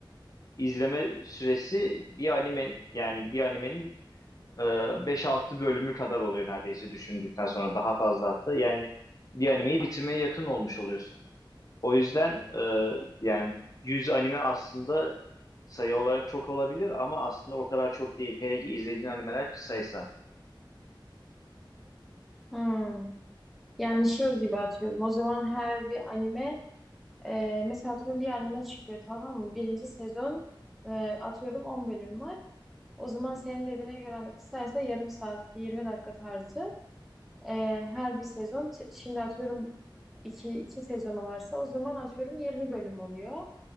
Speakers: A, on the left; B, in the centre.
A: izleme süresi bir anime yani bir animenin e, 5-6 bölümü kadar oluyor neredeyse düşündükten sonra daha fazla hatta. Yani bir animeyi bitirmeye yakın olmuş oluyorsun. O yüzden e, yani 100 anime aslında sayı olarak çok olabilir ama aslında o kadar çok değil. Hele ki izlediğin animeler kısaysa.
B: Hmm. Yani şey gibi atıyorum. O zaman her bir anime Ee, mesela atıyorum bir anime çıkıyor tamam mı? Birinci sezon e, atıyorum 10 bölüm var. O zaman senin dediğine göre hani kısaysa yarım saat, 20 dakika tarzı. Ee, her bir sezon t- şimdi atıyorum iki, iki sezonu varsa o zaman atıyorum 20 bölüm oluyor.